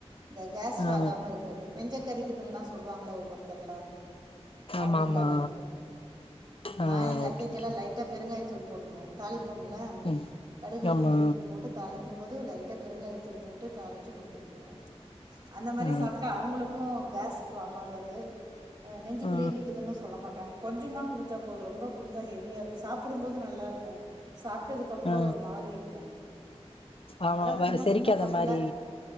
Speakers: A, on the right; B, on the left.
A: இந்த கேஸு
B: ஆ
A: ஆகாம இருக்குறக்கு நெஞ்ச கறிக்குதுன்ல்லா சொல்லுவாங்களா ஒவ்வொருத்தர்லா அவங்களுக்காக
B: ஆமா ஆமா ஆ
A: நா எங்க அத்தைக்கெல்லா
B: ஓகே ஓகே
A: லைட்டா பெருங்காயத் தூள் போட்ருவே தாலிப்பம்ல்ல
B: ம்
A: கடுகு உளுந்தம்பருப்பு
B: ஆமா
A: போட்டு தாளி வைக்கும்போது லைட்டா பெருங்காயத்தூள் போட்டு தாளிச்சு குடுத்துவிட்ருவே அந்த மாரி
B: ஆ
A: சாப்ட்டா அவங்களுக்கு கேஸ் ஃபாம் ஆகாது நெஞ்சுக்குள்ளேயே
B: ஆ
A: நிக்குதுன்னு சொல்ல மாட்டாங்க கொஞ்சமா கொடுத்தா போது ரொம்ப கொடுத்தா ஹெவியா இருக்கு சாப்பிடும்போது நல்லாருக்கு சாப் விட்டதுக்கப்புறோ
B: ஆ
A: ஒரு மாரி இருக்கு அதனால
B: ஆமா வ
A: சும்மா
B: செரிக்காத
A: சின்ன கப்புல
B: மாரி